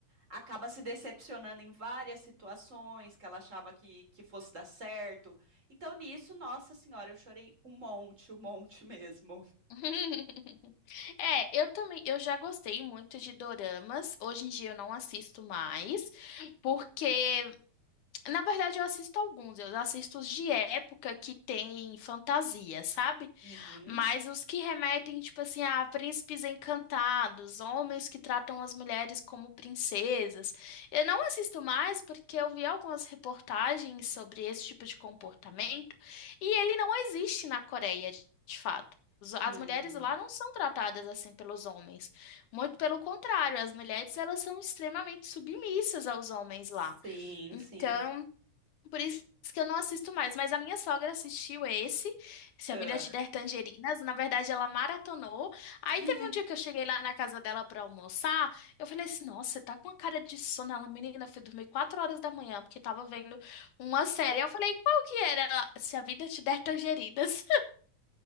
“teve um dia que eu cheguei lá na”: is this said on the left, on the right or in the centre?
Left